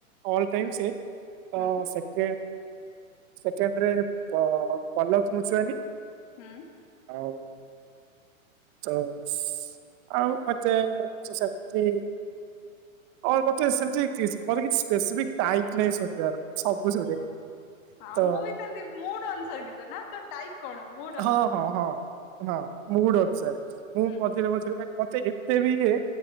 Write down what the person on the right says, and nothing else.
ଅଲ ଟାଇମ୍
ସେ। <inaudible>
ତ ସେକେଣ୍ଡ ସେକେଣ୍ଡରେ <inaudible> ପ ପଲକ ମୁଚୁଆନୀ
ହଉ ତ <unintelligible> ଆଉ ମତେ ସେମିତି <unintelligible>
ତ
ହଁ ହଁ ହଁ <inaudible> ହଁ ମୁଡ୍ ଅନୁସାରେ <inaudible> ମୁଁ
ପଚ୍ ମଝିରେ ମଝିରେ ମତେ ଏତେ ବି ଇଏ